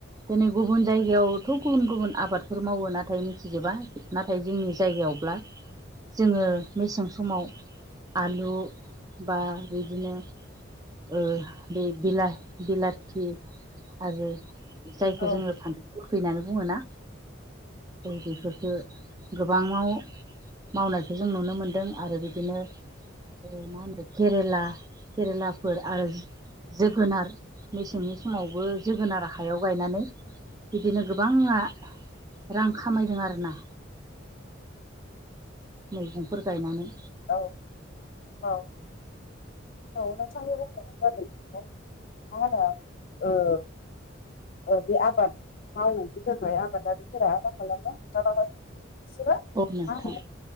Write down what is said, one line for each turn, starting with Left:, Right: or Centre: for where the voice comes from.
Right: दिनै गुबुन जायगायावथ गुबुन गुबुन आबादफोर मावो नाथाय मिथिजोबा नाथाय जोंनि जायगायाव अब्ला जोङो मेसें समाव आलु बा बिदिनो ओ बे बिला बिलाथि आरो जायखौ
Left: औ
Right: जोङो फानथो <unintelligible> गोखै होननानै बुङोना औ बेफोरफोरखो गोबां माव मावनायखौ जों नुनो मोनदों आरो बिदिनो ओ मा होनो केरेला केरेलाफोर आरो जोगोनार मेसेंनि समावबो जोगोनार हायाव गायनानै बिदिनो गोबांआ रां खामायदों आरोना
Left: <inaudible>
Right: मैगंफोर गायनानै
Left: औ औ औ नोंथांनि बुंनायानो जादों मा होनो बे आबाद मावनायनि थाखाय आबादारिफोरा मा खालामो माय बिसोरो
Right: औ नोंथां
Left: माहोनो